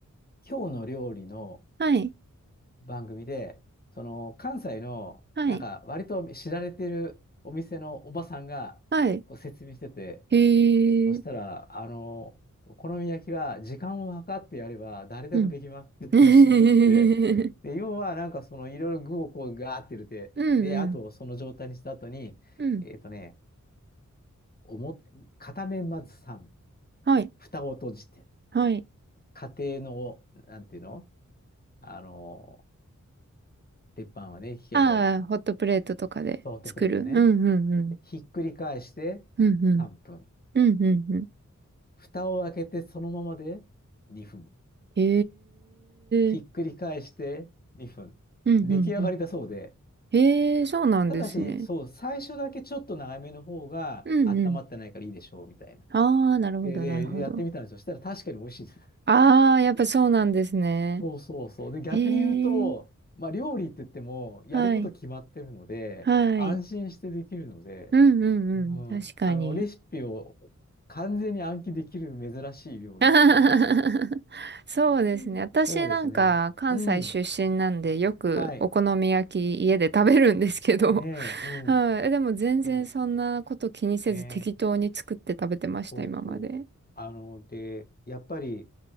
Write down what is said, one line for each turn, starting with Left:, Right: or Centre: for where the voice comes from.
Left: 今日の料理の
Right: はい。
Left: 番組で、その、関西の、
Right: はい。
Left: なんか、割と知られてるお店のおばさんが、
Right: はい。
Left: こう説明してて、
Right: え
Left: そしたら、
Right: え。
Left: あの、お好み焼きは時間を計ってやれば誰でもできますって話になって、
Right: うん <laughs> うん
Left: で、要はなんかそのいろいろ具をこうガーって入れて、
Right: うん。
Left: で、あとその状態にした後に、
Right: うん。
Left: えっとね、表、片面まず3分、
Right: はい。
Left: 蓋を閉じて、
Right: はい。
Left: 家庭の、なんていうのあの、鉄板はね、火が弱いから、
Right: ああ、ホットプレートとかで作る。
Left: ソフトプレートね。
Right: うんうんうん。
Left: でひっくり返して3分、
Right: うんうん。うんうんうん。
Left: 蓋を開けてそのままで2分。
Right: へ
Left: ひっくり返して2分。
Right: え。うんうんうん。
Left: 出来上がりだそうで、
Right: へえ、そうなんですね。
Left: ただし、そう、最初だけちょっと長めの方が温まってないからいいでしょう、
Right: うんうん。
Left: みたいな。
Right: ああ、なるほど、
Left: で、で、
Right: なるほど。
Left: やってみたんですよ。そしたら確かに美味しいです。
Right: ああ、やっぱそうなんですね。
Left: そうそうそう。で、逆に言うと、
Right: へえ。
Left: まあ、料理って言っても、やること決まってるので、
Right: はい。はい。
Left: 安心してできるので、
Right: うんうんうん。
Left: うん、
Right: 確かに。
Left: あの、レシピを完全に暗記できる珍しい料理っていうか、
Right: <laughs> そうですね。
Left: うんそうですね。
Right: 私なんか関西出身なんでよくお好み焼き家で食べるんですけど、
Left: うん。はい。ねえ、
Right: <laughs>
Left: うん。
Right: はい。でも全然そんなこと気にせず適当に作って食べてました、
Left: そう。ねえ。そうそう。
Right: 今まで。
Left: あの、で、やっぱり、